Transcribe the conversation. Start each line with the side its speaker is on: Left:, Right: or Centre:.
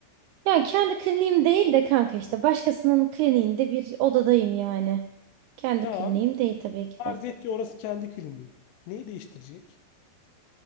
Right: Ya kendi kliniğim değil de kanka işte başkasının kliniğinde bir odadayım yani. Kendi
Left: Tamam.
Right: kliniğim değil tabii ki
Left: Farz
Right: de.
Left: et ki orası kendi kliniğin. Neyi değiştirecek?